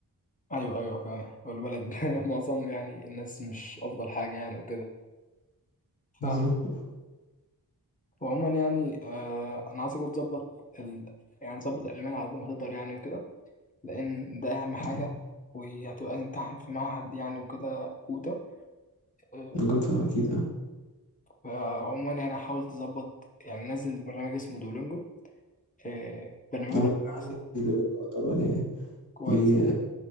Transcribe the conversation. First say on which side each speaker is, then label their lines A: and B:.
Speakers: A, on the left (about 20°); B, on the left (about 85°).
A: أيوه أيوه فعلا والبلد <laughs> معظم يعني الناس مش أفضل حاجة يعني وكده
B: بالظبط
A: فاهمك وعموما يعني آه أنا عايزك بقى تظبط ال... يعني تظبط الألمان على قد ما تقدر يعني وكده لأن ده أهم حاجة
B: آه.
A: وهتبقى تمتحن في معهد يعني وكده كوتا آه،
B: جوتا أكيد أه
A: فعموما يعني حاول تظبط يعني نزل برنامج اسمه دولينجو آه، البرنامج
B: آه،
A: ده كويس
B: أنا عندي دلوقتي طبعا يعني
A: كويس
B: بي